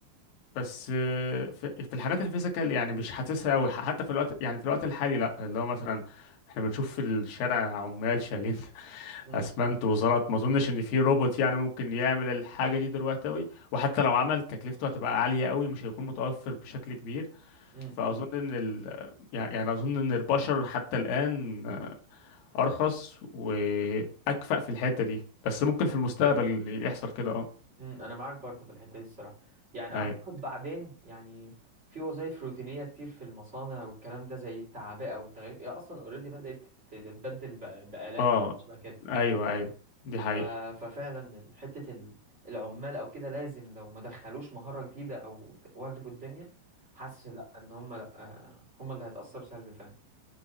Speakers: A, on the left; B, on the right.
A: بس آه، في في الحاجات الفيزيكال يعني مش حاسسها قوي حتى في الوقت يعني في الوقت الحالي لا اللي هو مثلا احنا بنشوف في الشارع عمال شايلين <laughs>
B: امم
A: اسمنت وزلط ما اظنش ان في روبوت يعني ممكن يعمل الحاجه دي دلوقتي قوي وحتى لو عمل تكلفته هتبقى عاليه قوي مش هيكون متوفر بشكل كبير
B: امم
A: فاظن ان ال... يعني يعني اظن ان البشر حتى الان ارخص واكفأ في الحته دي بس ممكن في المستقبل يحصل كده اه
B: امم انا معاك برضو في الحتة دي الصراحة يعني اعتقد
A: أي-
B: بعدين يعني في وظائف روتينية كتير في المصانع والكلام ده زي التعبئة والتغيير هي اصلا اوريدي بدأت تت- تتبدل بآ- بآلات
A: اه
B: وحاجات شبه كده
A: ايوه ايوه دي حقيقه
B: ف- ففعلا ال- حتة ال- العمال او كده لازم لو ما دخلوش مهارة جديدة او ت- واجبوا الدنيا حاسس لا ان هم لا آه، هم اللي هيتأثروا سلبي فعلا